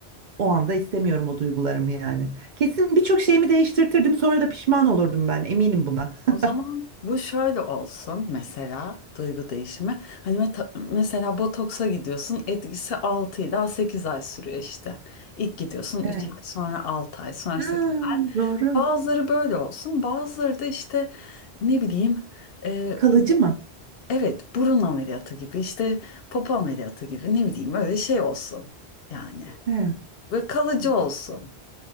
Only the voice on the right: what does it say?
O anda istemiyorum o duygularımı yani. Kesin birçok şeyimi değiştirtirdim sonra da pişman olurdum ben eminim buna. <laughs>
Evet.
Ha,
doğru.
Kalıcı mı?
Evet.
Evet.